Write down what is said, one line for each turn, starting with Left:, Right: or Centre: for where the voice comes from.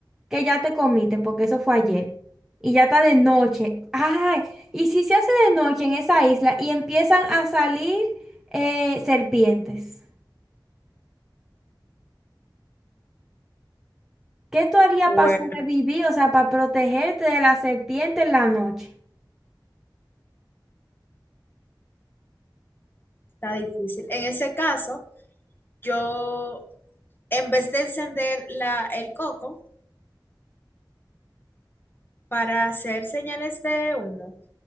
Centre: que ya te comiste, porque eso fue ayer, y ya está de noche. Ay, y si se hace de noche en esa isla y empiezan a salir eh, serpientes, ¿qué tú harías
Left: Bueno,
Centre: para sobrevivir? O sea, para protegerte de la serpiente en la noche.
Left: está difícil. En ese caso, yo, en vez de encender la, el coco para hacer señales de humo,